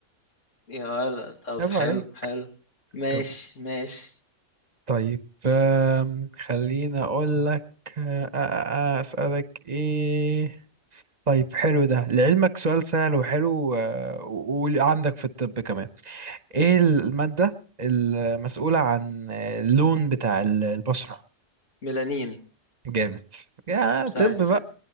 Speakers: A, on the left; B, on the right.
A: يا ولد طب
B: عيب
A: حلو
B: عليك
A: حلو ماشي
B: طب-
A: ماشي
B: طيب آم، خليني اقول لك آه آه آه آه، اسألك ايه طيب حلو ده لعلمك سؤال سهل وحلو آه، وعندك في الطب كمان ايه المادة المسؤولة عن اللون بتاع ال- البشرة
A: ميلانين
B: جامد يا
A: سهلة
B: طب بقى